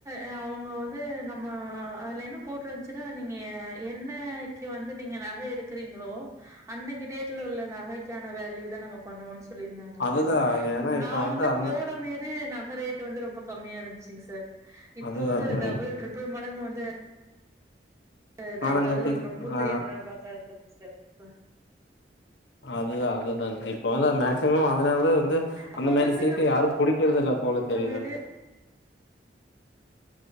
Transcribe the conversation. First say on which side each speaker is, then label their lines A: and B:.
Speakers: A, on the right; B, on the left.
A: எ அவங்க வந்து நம்ம அதுல என்ன போட்டுருந்துச்சுனா நீங்க என்ன என்னிக்கி வந்து நீங்க நகை எடுக்கிறீங்களோ அன்னைக்கு டேட்ல உள்ள நகைக்கான வேல்யூ தான் நாங்க பண்ணுவோனு சொல்லியிருந்தாங்க
B: அதுதா
A: சார்
B: ஏன்னா
A: நான்
B: இப்ப
A: வந்து
B: அந்த
A: போடமேது நகை ரேட் வந்து ரொம்ப கம்மியா இருந்துச்சுங்க சார் இப்போ
B: அதுதா
A: வந்து
B: அதுதா
A: அது டபுள் ட்ரிபிள் மடங்கு வந்து அது
B: ஆனாங்காட்டிக்கு
A: இதாலே வந்து ரொம்ப
B: ஆ
A: பெரிய ட்ரா பேக்கா இருக்குதுங்க சார் இப்ப
B: அதுதா அதுதாங்க இப்ப வந்து மேக்சிமம் அதனால தான் வந்து
A: அப்போ
B: அந்த மாரி
A: வந்து
B: சீட்டு
A: நம்ம
B: யாரும் புடிக்கிறது இல்ல போல
A: போடும்போது
B: தெரிது